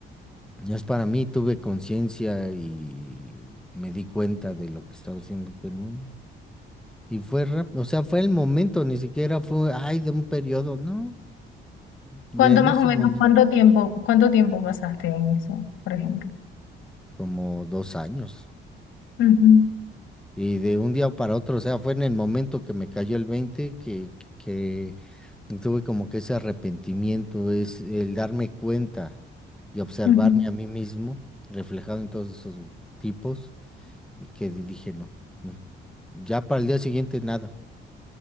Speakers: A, in the centre; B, on the left (about 85°).
A: ya es para mí, tuve conciencia y me di cuenta de lo que estaba haciendo que no. Y fue rápido, o sea, fue el momento, ni siquiera fue, ay, de un periodo, no, de
B: ¿Cuánto
A: en
B: más
A: ese
B: o menos,
A: momento.
B: cuánto tiempo, cuánto tiempo pasaste en eso, por ejemplo?
A: como dos años.
B: Ujú,
A: Y de un día para otro, o sea, fue en el momento que me cayó el veinte que, que tuve como que ese arrepentimiento, es el darme cuenta y observarme
B: ujú.
A: a mí mismo reflejado en todos esos tipos y que di- dije, no, no. Ya para el día siguiente nada,